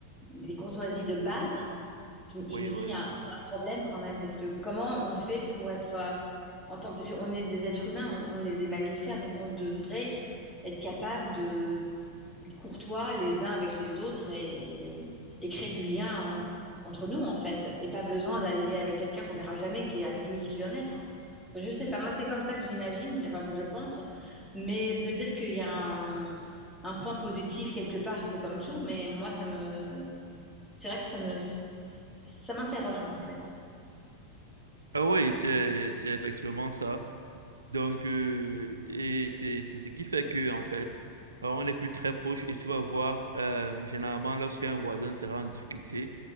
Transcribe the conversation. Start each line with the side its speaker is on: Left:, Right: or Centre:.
Centre: les courtoisies de base. Je, je
Right: Oui,
Centre: me dis,
Right: oui.
Centre: il y a, un il y a un problème quand même, parce que comment on fait pour être... euh, en tant, parce qu'on est des êtres humains, on, on est des mammifères, donc on devrait être capable de d'être courtois les uns avec les autres et, et créer du lien en- entre nous, en fait. Et pas besoin d'aller avec quelqu'un qu'on verra jamais, qui est à dix mille kilomètres. hein. Je sais pas, moi c'est comme ça que j'imagine, enfin que je pense, mais peut-être qu'il y a un, un point positif quelque part, c'est comme tout, mais moi ça me... C'est vrai que ça me, ça m'interroge en fait.
Right: Ah oui, c'est, c'est effectivement ça. Donc, euh, et c'est c'est ce qui fait que, en fait, euh, on n'est plus très proche et tu vas voir, euh, généralement, lorsqu'un voisin sera en difficulté,